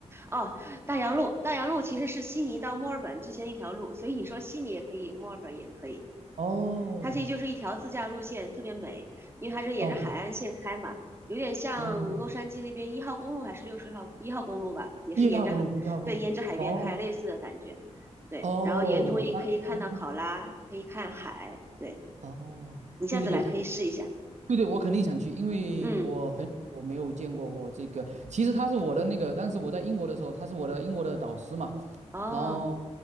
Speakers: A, on the right; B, on the right.
A: 哦，大洋路，大洋路其实是悉尼到墨尔本之前一条路，所以你说悉尼也可以，墨尔本也可以。
B: 哦
A: 它其实就是一条自驾路线，特别美，因为它是沿着海岸线开嘛，
B: 哦
A: 有点像洛杉矶那边一号公路还是六十号一号公路吧，
B: 哦，
A: 也是沿着海，
B: 一号公路，一号公路。
A: 对，沿着海边开，
B: 哦
A: 类似的感觉。对，
B: 哦，
A: 然后沿途也可以看到考拉，
B: 那哦
A: 可以看海。对，
B: 哦，
A: 你下次来可以试一下。
B: 对对对，他对对，我肯定想去，因为我很我没有见过我这个，
A: 嗯，
B: 其实他是我的那个，但是我在英国的时候，他是我的英国的导师嘛，
A: 哦，
B: 然后